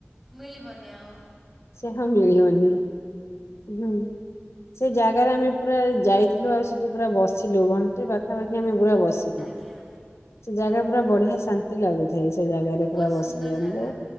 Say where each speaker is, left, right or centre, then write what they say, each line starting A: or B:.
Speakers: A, in the centre; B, on the left.
A: ମିଳିବନି ଆଉ।
B: ସେ ହଁ ମିଳିିବନି ହୁଁ। ସେ ଜାଗାରେ ଆମେ ପୁରା ଯାଇଥିଲୁ ଆଉ ସେଠି ପୁରା ବସିଲୁ ଘଣ୍ଟେ ପାଖାପାଖି ଆମେ ପୁରା ବସିଲୁ।
A: ଆଜ୍ଞା।
B: ସେ ଜାଗା ପୁରା ବଢିଆ ଶାନ୍ତି। ଲାଗୁଥାଏ ସେ ଜାଗାରେ
A: ବହୁତ
B: ପୁରା ବସିକି
A: ସୁନ୍ଦର
B: ଆମକୁ
A: ଜାଗା